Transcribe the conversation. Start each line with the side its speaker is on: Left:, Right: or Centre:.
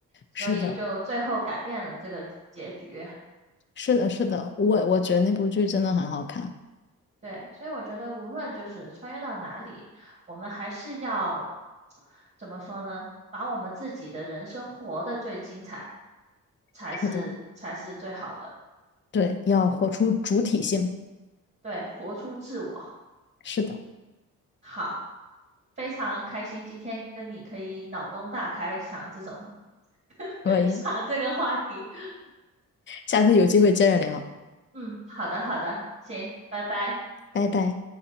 Right: 所以就最后改变了这个结局。
Left: 是的，是的，是的，我我觉得那部剧真的很好看，
Right: 对，所以我觉得无论就是穿越到哪里，我们还是要怎么说呢？把我们自己的人生活得最精彩，才是才是最好的。
Left: 是的，对，要活出主体性，
Right: 对，活出自我。
Left: 是的，
Right: 好，非常开心今天跟你可以脑洞大开，想这种
Left: 可以，
Right: <laughs> 想这个话题。
Left: 下次有机会接着聊，
Right: 嗯，好的好的，行，拜拜。
Left: 拜拜。